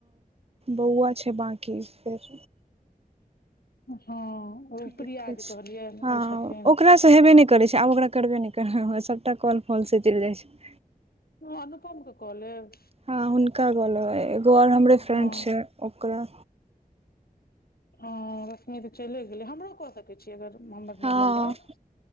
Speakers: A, on the right (about 40°); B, on the left (about 80°).
A: बौआ छै बकी फेर
B: हँ ओ
A: देखै
B: प्रिया जे
A: छी
B: कहलियनि
A: हँ
B: ओ छथिन।
A: ओकरासँ हेबे नहि करै छै आब ओकरा करबे नहि कर सभटा कल फल से चलि जाइ छै।
B: अनुपम कऽ लेब
A: हँ हुनका गले एगो आर हमरे फ्रेड
B: हँ
A: छै ओकरा
B: ह रश्मी तऽ चलि गेलै हमरो कऽ सकै छियै अगर हमर
A: हँ
B: नहि भेल रहत